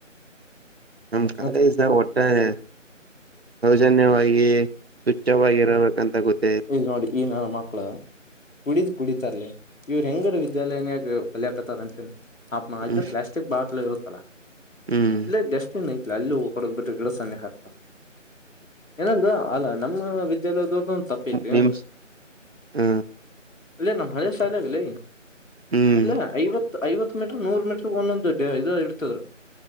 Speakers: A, on the right (about 55°); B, on the left (about 80°).
A: ನಮ್ ಕಾಲ
B: ಮತ್ತ
A: ಈಸ ಒಟ್ಟಾರೆ ಜನ್ಯವಾಗಿ ಸ್ವಚ್ಛವಾಗಿರಬೇಕಂತ ಗೊತ್ತ
B: ಇ್ ನೋಡಿ ಈ ನಾನು ಮಕ್ಳದ ಕುಡಿದ್ ಕುಡಿತಾರಲ ಇವ್ರು ಹೆಂಗಾರ ವಿದ್ಯಾಲಯನಯಾಗ ಕಲಾಕತಾರ ಅಂತೇನೆ ಅ
A: ಹ್ಮ್
B: ಇದು ಪ್ಲಾಸ್ಟಿಕ್ ಬಾಟ್ಲ್ ಇರುತ್ತೆ ತಲ
A: ಹ್ಮ್
B: ಇ ಜಸ್ಟನ್ಯ್ತ ಎಲ್ಲೂೋಗ ಕೊಡದ್ ಬಿಟ್ಟ ಗಿಡ ಸ್ಣೆ ಹಾತಾ ಏನಂದು ಅಲ್ಲ ನಮ್ಮ <inaudible>
A: ನಿಮ್ಸ್ ಹು
B: ಅಲ್ಲೇ ನಮ್ ಹಳೆ ಶಾಲಲ್ಲ
A: ಹ್ಮ್
B: ಇಲ್ಲ ಐವತ್ತು ಐವತ್ ಮೀಟ್ರ ನೂರ್ ಮೀಟ್ರ ಒಂದೊಂದುಡ್ ಇದು ಇರ್ತದರು